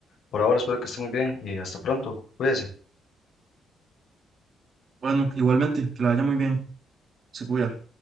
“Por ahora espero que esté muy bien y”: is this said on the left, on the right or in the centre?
Left